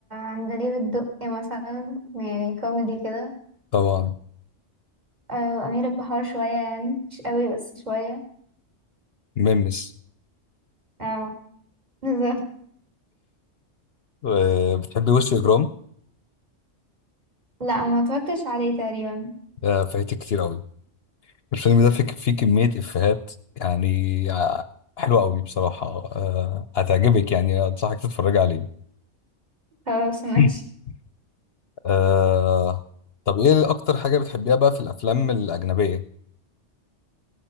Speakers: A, on the right (about 35°); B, on the left (about 60°).
A: عندليب الدقي مثلا يعني كوميدي كده
B: طبعا
A: آه، وأمير البحار شوية يعني مش قوي بس شوية
B: ميمس
A: اه بالظبط
B: آه، بتحبي وش إجرام؟
A: لا ما اتفرجتش عليه تقريبا
B: آه، فايتك كتير أوي الفيلم ده فيه فيه كمية إفيهات يعني آه، حلوة أوي بصراحة آه، هتعجبك يعني أنصحك تتفرج عليه
A: خلاص ماشي
B: <laughs> آه، طب إيه أكتر حاجة بتحبيها بقى في الأفلام الأجنبية؟